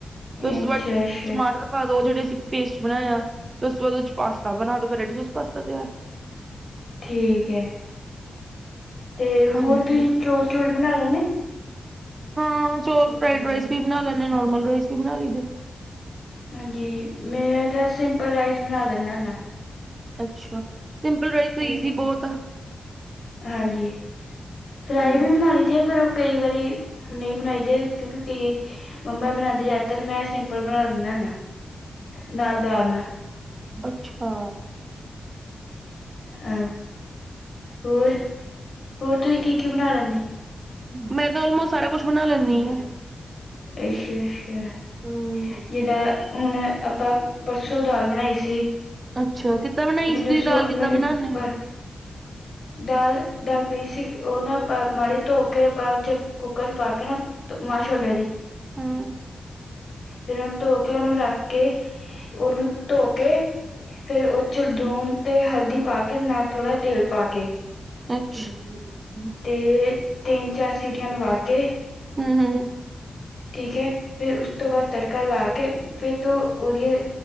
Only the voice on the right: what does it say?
ਫਿਰ ਉਸ
ਤੋਂ ਬਾਅਦ,
ਟਮਾਟਰ ਪਾ ਦੋ, ਉਹ ਜਿਹੜੇ ਅਸੀ ਪੇਸਟ ਬਣਾਇਆ, ਫਿਰ ਉਸ ਤੋਂ ਬਾਅਦ ਉਹਦੇ ਚ ਪਾਸਤਾ ਬਣਾ ਦੋ, ਫਿਰ ਰੈਡ ਸੋਸ ਪਾਸਤਾ ਤਿਆਰ।
ਹਾਂਜੀ
ਹਾਂ ਚੋਲ ਫਰਾਈਡ ਰਾਈਸ ਵੀ ਬਣਾ ਲੈਂਦੇ ਨੋਰਮਲ ਰਾਈਸ ਵੀ ਬਣਾ ਲਈਦੇ
ਅੱਛਾ ਸਿੰਪਲ ਰਾਈਸ ਤਾਂ ਈਜ਼ੀ ਬਹੁਤ ਆ
ਹਮ
ਅੱਛਾ
ਮੈਂ ਤਾਂ ਆਲਮੋਸਟ ਸਾਰਾ ਕੁਛ ਬਣਾ ਲੈਂਣੀ ਆ
ਹਮ
ਅੱਛਾ ਕਿੱਦਾਂ ਬਣਾਈ
ਸੀ ਤੁਸੀਂ
ਦਾਲ ਕਿੱਦਾਂ
ਬਣਾਦੇ
ਆ
ਹਾਂ
ਅੱਛਾ
ਹਮ ਹਮ